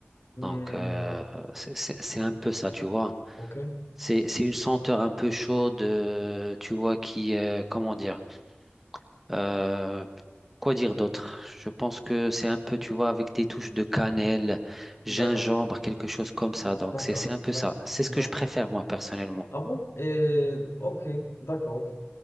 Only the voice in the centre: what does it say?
Donc, euh, c'est c'est- c'est un peu ça, tu vois.
C'est c'est une senteur un peu chaude, euh, tu vois, qui, euh, comment dire? Euh, quoi dire d'autre? Je pense que c'est un peu, tu vois, avec des touches de cannelle, gingembre,
quelque chose comme ça. Donc,
c'est, c'est un peu
ça. C'est ce
que je préfère, moi, personnellement.